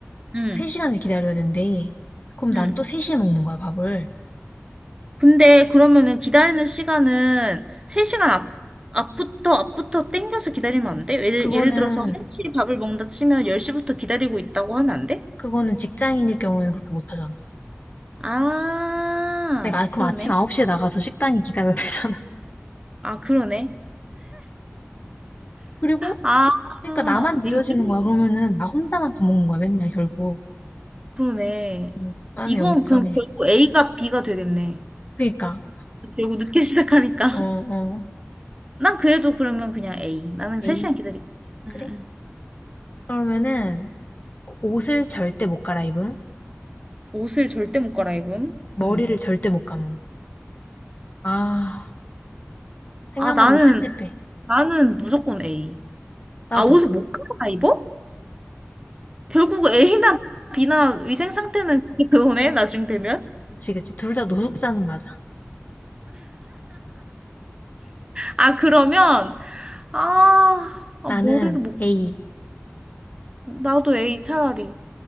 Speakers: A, on the right (about 20°); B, on the left (about 35°).
A: 응.
B: 3시간을 기다려야 된대. 그럼
A: 응.
B: 난 또 3시에 먹는 거야, 밥을.
A: 근데 그러면은 기다리는 시간은 3시간 앞, 앞부터, 앞부터 땡겨서 기다리면 안 돼? 예를,
B: 그거는,
A: 예를 들어서 1시에 밥을 먹는다 치면 10시부터 기다리고 있다고 하면 안 돼?
B: 그거는 직장인일 경우에는 그렇게 못 하잖아.
A: 아,
B: 내가 아- 그럼
A: 그러네.
B: 아침 9시에 나가서 식당에 기다려야 되잖아.
A: 아, 그러네.
B: <laughs> 그리고,
A: 아,
B: 그러니까 나만 느려지는
A: 이거 좀,
B: 거야. 그러면은 나 혼자만 밥 먹는 거야, 맨날 결국.
A: 그러네.
B: 응, 나는
A: 이건
B: 0.1.
A: 그럼 결국 A가 B가 되겠네.
B: 그니까,
A: 결국 늦게 <laughs> 시작하니까.
B: 어, 어,
A: 난 그래도 그러면 그냥 A. 나는
B: 에이,
A: 3시간 기다릴게. 응,
B: 그래.
A: 응.
B: 그러면은 옷을 절대 못 갈아입음.
A: 옷을 절대 못 갈아입음.
B: 머리를
A: 응.
B: 절대 못 감음. 아, 생각만
A: 아, 나는,
B: 해도 찝찝해.
A: 나는 무조건 A.
B: 나도.
A: 아, 옷을 못 갈아 입어? 결국 A나 B나 위생 상태는 그게 그거네, 나중 되면?
B: 그치, 그치. 둘 다 노숙자는 맞아.
A: 아, 그러면, 아, 아,
B: 나는
A: 머리를 못,
B: A.
A: 나도 A 차라리.